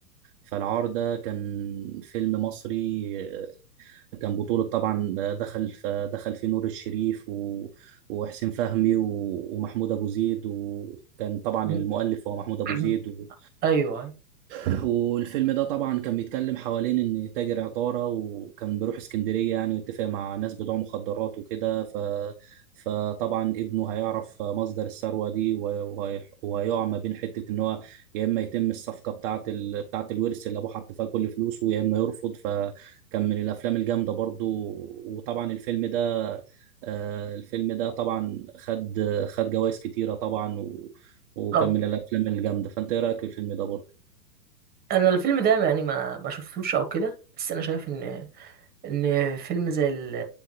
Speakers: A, on the right; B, on the right.
A: فالعار ده كان فيلم مصري آه، كان بطولة طبعا آه، دخل ف- دخل فيه نور الشريف و- وحسين فهمي و- ومحمود أبو زيد وكان طبعا
B: <coughs>
A: المؤلف هو محمود أبو
B: <clears throat>
A: زيد
B: ايوه أيوة.
A: <laughs> والفيلم ده طبعا كان بيتكلم حوالين ان تاجر عطارة وكان بيروح اسكندرية يعني ويتفق مع ناس بتوع مخدرات وكده ف... فطبعا ابنه هيعرف مصدر الثروة دي وه- وهي- وهيقع ما بين حتة ان هو يا اما يتم الصفقة بتاعة ال... بتاعة الورث اللي ابوه حط فيها كل فلوسه يا اما يرفض فكان من الافلام الجامدة برضو وطبعا الفيلم ده آه، الفيلم ده طبعا خد خد جوائز كتيرة طبعا و... وكان
B: طب
A: من الافلام الجامدة فانت ايه رأيك في الفيلم ده برضو
B: انا الفيلم ده يعني ما ما شفتوش او كده بس انا شايف ان ان فيلم زي ال-